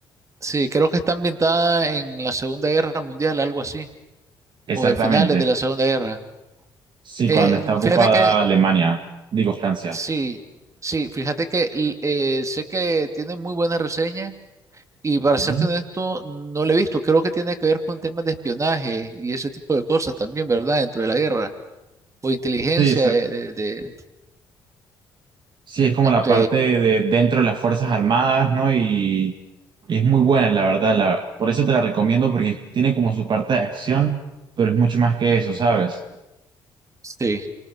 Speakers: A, on the right (about 35°); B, on the right (about 55°).
A: sí, creo que está ambientada en la Segunda Guerra Mundial, algo así, o
B: Exactamente.
A: de finales de la Segunda Guerra.
B: Sí,
A: Eh,
B: cuando está ocupada
A: fíjate que,
B: Alemania, digo Francia.
A: sí, sí, fíjate que l- eh, sé que tiene muy buena reseña y para
B: Ujú.
A: serte honesto, no la he visto. Creo que tiene que ver con temas de espionaje y ese tipo de cosas también, ¿verdad? Dentro de la guerra o inteligencia
B: Sí,
A: de, de, de...
B: Sí, es como
A: Ok,
B: la parte de dentro de las Fuerzas Armadas, ¿no? Y, y es muy buena, la verdad. la- por eso te la recomiendo, porque tiene como su parte de acción, pero es mucho más que eso, ¿sabes?
A: sí.